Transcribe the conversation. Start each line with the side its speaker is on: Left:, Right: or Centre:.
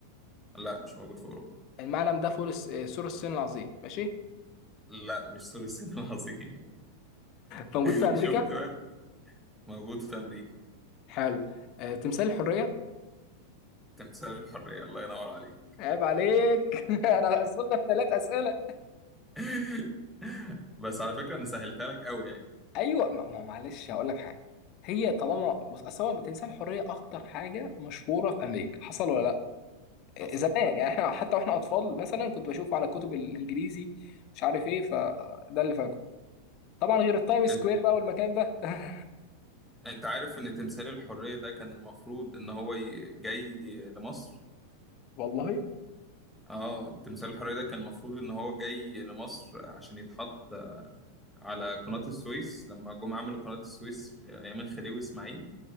Centre: لا مش موجود في اوروبا
Left: المعلم ده فول الس- آه، سور الصين العظيم ماشي
Centre: لا مش سور الصين العظيم
Left: فموجود
Centre: <laughs>
Left: في امريكا
Centre: شفت بقى موجود في امريكا
Left: حلو آه، تمثال الحرية
Centre: تمثال الحريه الله ينور عليك
Left: عيب عليك <laughs> انا اصلت في ثلاث اسئلة
Centre: <laughs> بس على فكره انا سهلتها لك قوي يعني
Left: ايوه ما ما هو معلش هقول لك حاجة هي طالما بص اصل هو تمثال الحرية اكتر حاجة مشهورة في امريكا حصل ولا لا
Centre: حصل
Left: زمان يعني احنا حتى واحنا اطفال مثلا كنت بشوفه على كتب الانجليزي مش عارف ايه فده اللي فاكره طبعا غير التايم سكوير
Centre: انت
Left: بقى والمكان ده <laughs>
Centre: أنت عارف ان تمثال الحريه ده كان المفروض ان هو ي- جاي لمصر
Left: والله
Centre: اه تمثال الحريه ده كان المفروض ان هو جاي لمصر عشان يتحط على قناه السويس لما جم عملوا قناه السويس في ايام الخديوي اسماعيل